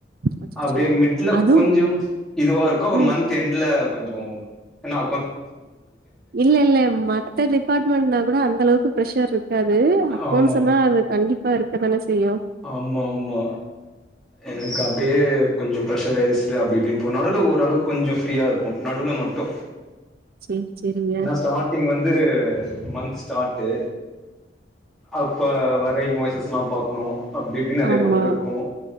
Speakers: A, on the right; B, in the centre.
A: அச்சச்சோ!
B: அப்டியே மிட்ல
A: அதுவும்
B: கொஞ்சம் இதுவா இருக்கு அப்பறோ
A: ம்.
B: மந் த் என்ட்ல்ல கொஞ்சோ ஏனா
A: இல்லல்ல மத்த டிபார்ட்மெண்ட்னா கூட அந்த அளவுக்கு ப்ரெஷர் இருக்காது அக்கௌண்ட்ஸ்ன்னா
B: ஆமா
A: அது கண்டிப்பா இருக்க தானே செய்யு
B: ஆம்மாமா எனக்கு அப்டியே கொஞ்சோ ப்ரெஷரைஸ்டு அப்டி இப்டின் போனாலு இல்ல ஓரளவுக் கொஞ்சோ ஃப்ரீயா இருக் கு நடுவுல மட்டு
A: சேர் செரிங்கா
B: ஸ்டார்ட்டிங் வந்து மந்த் ஸ்டாட்டு அப்ப வர இன்வாயிஸ்லா பாக்ணு அப்டி இப்டின் நெறைய
A: ஆமா.
B: ஒர்க் இருக்கு